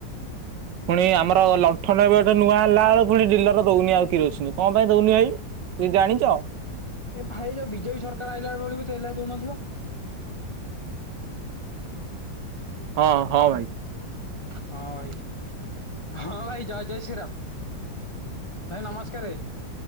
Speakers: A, on the right; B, on the left.
A: ପୁଣି ଆମର ଲଣ୍ଠନ ଏବେ ଗୋଟେ ନୂଆ ହେଲା ବେଳେ ପୁଣି ଡିଲର ଦଉନି ଆଉ କିରୋସିନି କଣ ପାଇଁ ଦଉନି ଭାଇ? କି ଜାଣିଚ?
B: ଏ ଭାଇ ଯୋଉ ବିଜେପି ସରକାର ଆଇଲା ବେଳକୁ ତେଲ ଦଉନଥିବ?
A: ହଁ ହଁ ଭାଇ।
B: ହଁ ଭାଇ ହଁ ଭାଇ ଜୟ ଜୟ ଶ୍ରୀରାମ ଭାଇ ନମସ୍କାରେ।